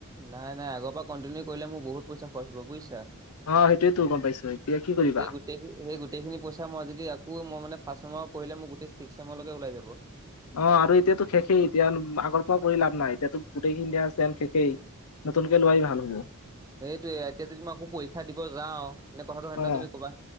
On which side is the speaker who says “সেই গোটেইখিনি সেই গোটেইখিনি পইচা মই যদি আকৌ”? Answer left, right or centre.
Right